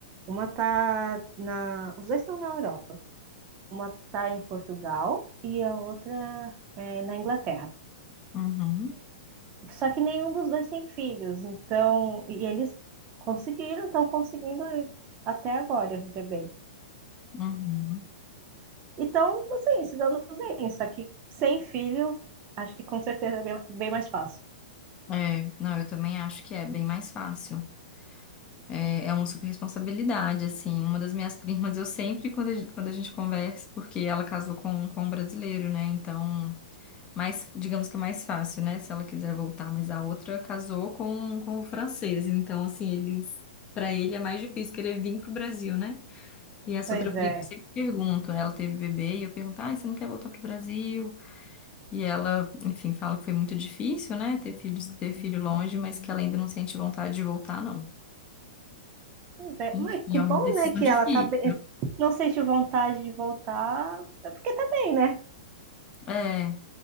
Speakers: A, on the right; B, on the left.
A: Uma tá na, os dois estão na Europa. Uma tá em Portugal e a outra é, na Inglaterra.
B: Uhum,
A: Só que nenhum dos dois tem filhos, então, e eles conseguiram, estão conseguindo até agora viver bem.
B: uhum.
A: Então, assim, se dando bem, só que sem filho, acho que com certeza é bem, bem mais fácil.
B: É, não, eu também acho que é bem mais fácil. É, é uma super responsabilidade, assim. Uma das minhas <laughs> primas, eu sempre, quando a, gen- quando a gente conversa, porque ela casou com, com um brasileiro, né? Então, mais, digamos que é mais fácil, né? Se ela quiser voltar, mas a outra casou com, com o francês. Então, assim, eles, para ele é mais difícil querer vir pro Brasil, né? E essa
A: Pois
B: outra prima,
A: é,
B: eu sempre pergunto, ela teve bebê, e eu pergunto, ah, você não quer voltar pro Brasil? E ela, enfim, fala que foi muito difícil, né, ter filhos, ter filho longe, mas que ela ainda não sente vontade de voltar, não.
A: pois é.
B: Enfim,
A: Mas que
B: é
A: bom,
B: uma decisão
A: né, que
B: difícil.
A: ela tá bem, não sente vontade de voltar, é porque tá bem, né?
B: É,